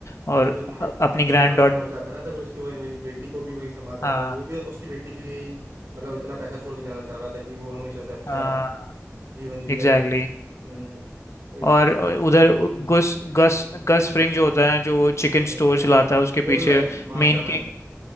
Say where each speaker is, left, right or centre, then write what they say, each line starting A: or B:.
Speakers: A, on the left; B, on the right.
A: और
B: तो फिर माई
A: अ-
B: उस-
A: अपनी
B: उसका
A: ग्रैंड
B: लड़का लग,
A: डॉट
B: मर जाता है ना तो फिर उसकी वही वही बेटी को भी वही संभालता
A: हाँ
B: था वो भी उसकी बेटी के लिए ही मतलब इतना पैसा छोड़ के जाना चाह रहा था कि वो हमेशा से अच्छा
A: हाँ
B: जीवन जिए
A: एग्जैक्टली
B: वगैरह हम्म वही इस,
A: और
B: इस,
A: उधर
B: हम्म
A: गस गस गस फ्रिंग जो होता है जो चिकन
B: अरे
A: स्टोर
B: भाई
A: चलाता है उसके पीछे
B: वो भी भाई मास्टर
A: मेन
B: माइंड
A: किंग